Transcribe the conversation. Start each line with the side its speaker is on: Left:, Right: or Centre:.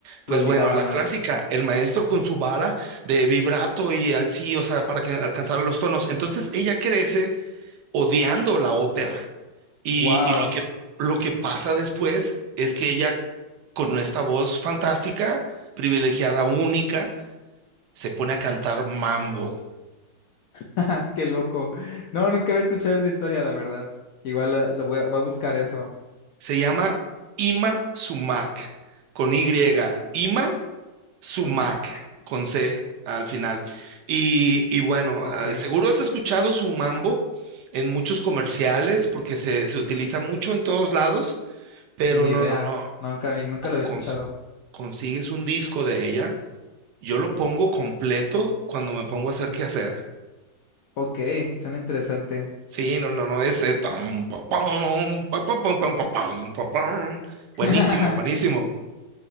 Left: lo
Right: pues
Left: obligaban
Right: bueno, la
Left: más.
Right: clásica, el maestro con su vara de vibrato y así, o sea, para que alcanzara los tonos. Entonces ella crece odiando la ópera. Y,
Left: ¡Wow!
Right: y lo que, lo que pasa después es que ella, con esta voz fantástica, privilegiada, única, se pone a cantar mambo.
Left: <laughs> ¡Qué loco! No, nunca había escuchado esa historia, la verdad. Igual eh, lo voy, a voy a buscar eso.
Right: Se llama Ima Sumac, con Y, Ima Sumac,
Left: Sumac.
Right: con C al final. Y, y bueno,
Left: Ok,
Right: ah, seguro has escuchado su mambo en muchos comerciales porque se, se utiliza mucho en todos lados, pero
Left: ni
Right: no,
Left: idea.
Right: no, no.
Left: Nunca, nunca lo había
Right: cons-
Left: escuchado.
Right: consigues un disco de ella, yo lo pongo completo cuando me pongo a hacer qué hacer.
Left: Ok, suena interesante.
Right: Sí, no, no, no, es... eh, tam, pa, pam, pa, pam, pam, pam, pa, pam, pa, pam.
Left: <laughs>
Right: Buenísimo, buenísimo.